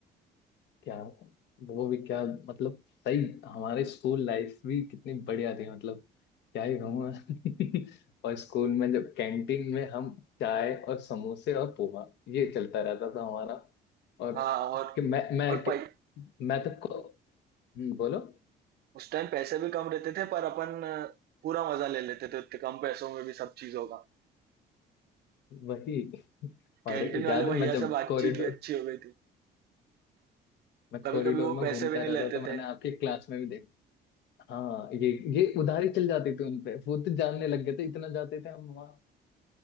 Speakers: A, on the left (about 70°); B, on the right (about 60°).
A: क्या वो भी क्या मतलब सही हमारे स्कूल लाइफ भी कितनी बढ़िया थी मतलब क्या ही कहूँ मैं <laughs> और स्कूल में जब कैंटीन में हम चाय और समोसे और पोहा ये चलता रहता था हमारा और
B: हाँ और
A: कि मैं मैं
B: और
A: कि,
B: पै,
A: मैं तो को, हम्म, बोलो
B: उस टाइम पैसे भी कम रहते थे पर अपन अ, पूरा मजा ले लेते थे उतने कम पैसों में भी सब चीजों का
A: वही और
B: कैंटीन वाले
A: याद
B: भैया
A: है मैं जब
B: से बातचीत
A: कॉरिडोर
B: भी अच्छी हो गई थी
A: मैं
B: कभी
A: कॉरिडोर
B: कभी वो
A: में
B: पैसे
A: घूमता
B: भी नहीं
A: रहता
B: लेते
A: तो मैंने
B: थे
A: आपकी क्लास में भी देखा हाँ ये ये उधारी चल जाती थी उनपे वो तो जानने लग गए थे इतना जाते थे हम वहाँ